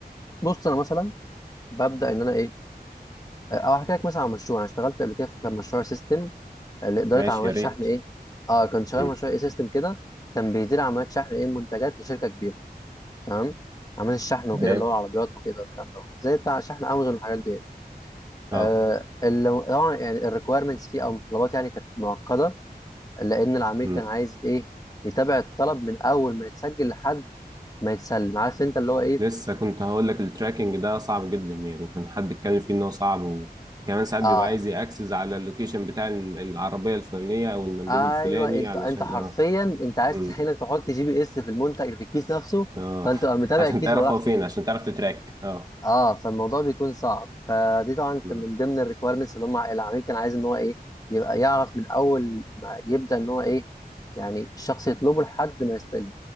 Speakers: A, on the left (about 20°); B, on the right (about 25°).
A: بص انا مثلا ببدا ان انا ايه او هحكي لك مثلا عن مشروع انا اشتغلت قبل كده في كان مشروع سيستم لاداره
B: ماشي
A: عمليات
B: يا ريت
A: الشحن ايه اه كان شغال
B: مم.
A: مشروع اي سيستم كده كان بيدير عمليات شحن ايه منتجات لشركه كبيره تمام عمليات الشحن
B: تمام
A: وكده اللي هو العربيات وكده والكلام ده زي بتاع شحن امازون والحاجات دي
B: اه
A: آه اللي طبعا يعني الريكويرمنتس فيه او الطلبات يعني كانت معقده لان العميل
B: مم.
A: كان عايز ايه يتابع الطلب من اول ما يتسجل لحد ما يتسلم عارف انت اللي هو ايه
B: لسه كنت هقول لك التراكنج ده صعب جدا يعني كان حد اتكلم فيه ان هو صعب و- وكمان ساعات
A: اه
B: بيبقى عايز ياكسس على اللوكيشن بتاع ال- العربيه الفلانيه او المندوب
A: ايوه
B: الفلاني
A: انت
B: علشان
A: انت حرفيا
B: اه
A: انت عايز
B: امم
A: هنا تحط جي بي اس في المنتج في الكيس نفسه
B: اه
A: فانت
B: <laughs>
A: تبقى متابع
B: عشان
A: الكيس
B: تعرف
A: هو راح
B: هو فين
A: فين
B: عشان تعرف تتراك اه
A: اه فالموضوع بيكون صعب فدي طبعا
B: امم
A: كان من ضمن الريكويرمنتس اللي هم العميل كان عايز ان هو ايه يبقى يعرف من اول ما يبدا ان هو ايه يعني الشخص يطلبه لحد ما يستلمه